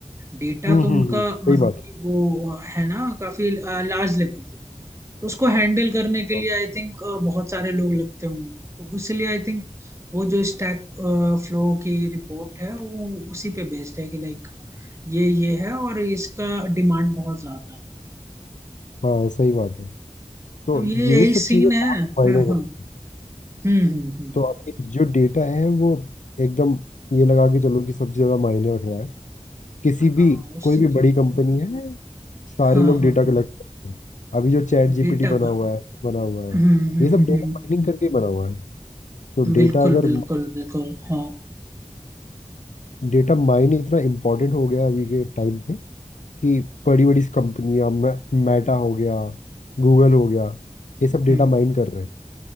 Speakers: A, on the right (about 25°); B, on the left (about 80°).
A: डेटा
B: हम्म
A: तो उनका
B: हम्म हम्म।
A: मतलब
B: सही बात है
A: कि वो है ना काफी लार्ज लेवल पे तो उसको हैंडल करने के लिए
B: हाँ
A: आई थिंक बहुत सारे लोग लगते होंगे तो इसलिए आई थिंक वो जो स्टैक फ्लो की रिपोर्ट है वो उसी पे बेस्ड है कि लाइक ये ये है और इसका डिमांड बहुत ज्यादा है
B: हाँ, सही बात है तो
A: तो ये
B: ये
A: यही
B: सब
A: सीन
B: चीज़ें
A: है
B: बहुत
A: हाँ
B: मायने
A: हाँ
B: करती हैं।
A: हम्म हम्म हम्म
B: तो अभी जो डेटा है वो एकदम ये लगा के चलो कि सबसे ज़्यादा मायने रख रहा है किसी
A: हाँ
B: भी
A: उससे
B: कोई भी बड़ी कंपनी है सारे
A: हाँ
B: लोग
A: हाँ
B: डेटा
A: हाँ
B: कलेक्ट करते हैं अभी जो चैट जीपीटी
A: डेटा
B: बना
A: का
B: हुआ है बना हुआ है
A: हम्म हम्म
B: ये सब डेटा
A: हम्म
B: माइनिंग करके बना हुआ है तो डेटा
A: बिल्कुल
B: अगर
A: बिल्कुल बिल्कुल हाँ
B: डेटा माइन इतना इम्पोर्टेंट हो गया अभी के टाइम पे कि बड़ी बड़ी कंपनियां मेटा हो गया गूगल हो गया ये सब डेटा
A: हम्म
B: माइन कर रहे हैं